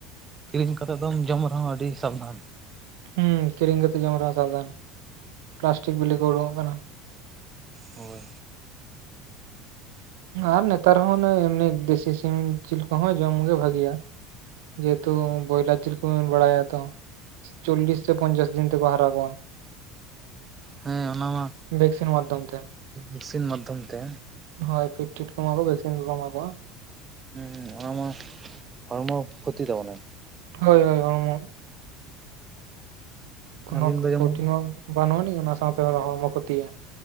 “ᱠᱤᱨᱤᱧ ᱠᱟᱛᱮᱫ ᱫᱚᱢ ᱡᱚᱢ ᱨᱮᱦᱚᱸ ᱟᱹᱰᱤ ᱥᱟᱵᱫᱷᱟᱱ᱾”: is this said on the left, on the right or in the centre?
Right